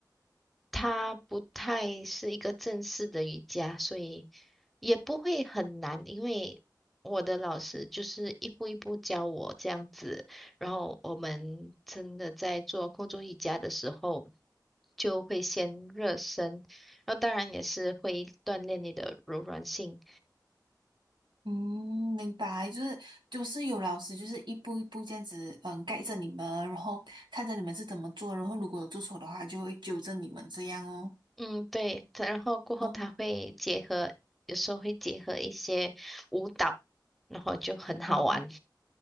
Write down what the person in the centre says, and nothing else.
它不太是一个正式的瑜伽，所以也不会很难，因为我的老师就是一步一步教我这样子，然后我们真的在做空中瑜伽的时候，就会先热身，然后当然也是会锻炼你的柔软性，
嗯，对，它然后过后它会结合，
有时候会结合一些舞蹈，然后就很好玩，